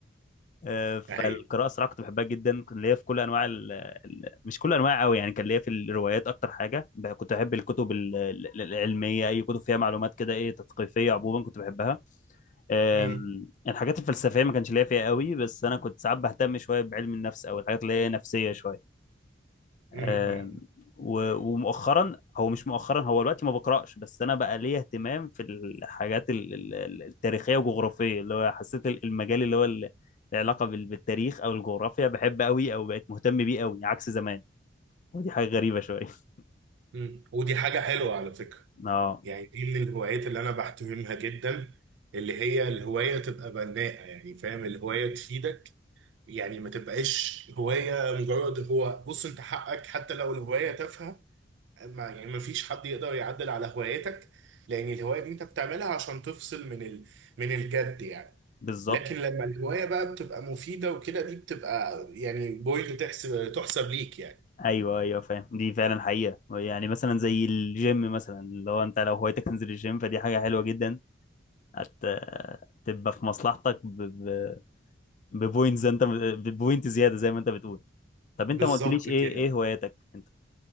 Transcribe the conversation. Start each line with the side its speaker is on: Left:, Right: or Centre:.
Left: أه، فالقراءة
Right: اهي
Left: صراحة كنت بحبها جدا كنت ليا في كل أنواع ال... ال- مش كل أنواع قوي يعني كان ليا في الروايات أكتر حاجة ب- كنت بحب الكتب ال- ال- العلمية أي كتب فيها معلومات كده إيه تثقيفية عموما كنت بحبها أم،
Right: مم،
Left: الحاجات الفلسفية ما كانش ليا فيها قوي بس أنا كنت ساعات بهتم شوية بعلم النفس أو الحاجات اللي هي نفسية شوية أم،
Right: مم، مم،
Left: و- ومؤخرا هو مش مؤخرا هو دلوقتي ما بقرأش بس أنا بقى ليا اهتمام في الحاجات ال- ال- ال- التاريخية والجغرافية اللي هو حسيت ال- المجال اللي هو ال- العلاقة بال- بالتاريخ أو الجغرافيا بحب قوي أو بقيت مهتم بيه قوي عكس زمان ودي حاجة غريبة شوية <laughs>
Right: مم. ودي حاجة حلوة على فكرة
Left: اه
Right: يعني دي اللي الهوايات اللي انا بحترمها جدا اللي هي الهوايه تبقى بناءه يعني فاهم الهوايه تفيدك يعني ما تبقاش هوايه مجرد هو بص انت حقك حتى لو الهوايه تافهه ما يعني ما فيش حد يقدر يعدل على هوايتك لان الهوايه دي انت بتعملها عشان تفصل من ال... من الجد يعني
Left: بالظبط
Right: لكن لما الهوايه بقى بتبقى مفيده وكده دي بتبقى يعني بوينت تحسب تحسب ليك يعني
Left: ايوه ايوه فاهم دي فعلا حقيقه يعني مثلا زي الجيم مثلا اللي هو انت لو هوايتك تنزل الجيم فدي حاجه حلوه جدا هت تبقى في مصلحتك ب... ب... ببوينتز انت ببوينت زياده زي ما انت بتقول طب انت
Right: بالظبط
Left: ما قلتليش ايه
Right: كده
Left: ايه هواياتك انت